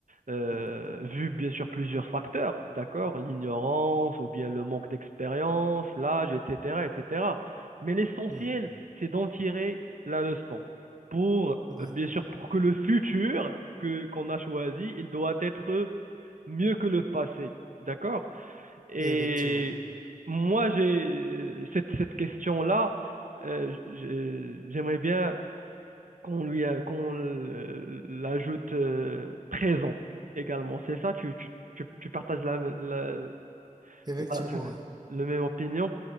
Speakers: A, on the right; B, on the right.
A: euh,
B: Mhm.
A: vu bien sûr plusieurs facteurs, d'accord, l'ignorance ou bien le manque d'expérience, l'âge, etc., etc. Mais l'essentiel,
B: Mhm.
A: c'est d'en tirer la leçon pour,
B: Mhm.
A: euh,
B: Ouais.
A: bien sûr, pour que le futur que qu'on a choisi, il doit être mieux que le passé, d'accord? Et
B: Effectivement.
A: moi, j'ai euh, cette, cette question-là, euh, je- j'aimerais bien qu'on lui a- qu'on l- l'ajoute euh, présent également. C'est ça, tu, tu, tu, tu partages la, la,
B: Effectivement,
A: la- <laughs>
B: ouais.
A: la même opinion?